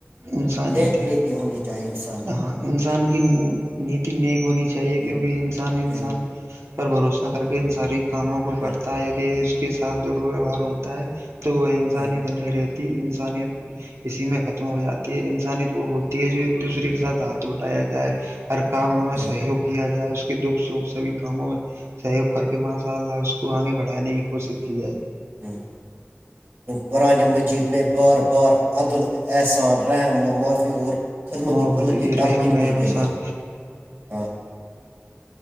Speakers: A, on the right; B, on the right.
A: انسانیت
B: نیک
A: ہے
B: نیک ہونی چاہیے انسان نے
A: ہاں
B: <inaudible>
A: انسان کی نیکی نیک ہونی چاہیے
B: میں
A: کیونکہ انسان انسان
B: چاہیے
A: پر بھروسہ کر کے ان ساری کاموں کو کرتا
B: ہاں
A: ہے یدی اس کے ساتھ دور ویوہار ہوتا ہے تو وہ انسانیت
B: ہاں
A: نہیں رہتی انسانیت اسی میں ختم خم ہو جاتی ہے انسانیت وہ ہوتی ہے جو ایک دوسرے کے ساتھ ہاتھ لٹایا جائے ہر کاموں میں
B: ہاں
A: سہیوگ کیا جائے اس کے دکھ سبھی کاموں میں سہیوگ کر کے ماشاء اللہ اس کو آگے بڑھانے کی کوشش کی جائے
B: ہوں <inaudible> قرآن مجید میں بار بار عدال احسان رحم و معافی اور خدمتی
A: م
B: خلق کی تلقین
A: رحم رحم
B: کی گئی
A: سان
B: ہے ہاں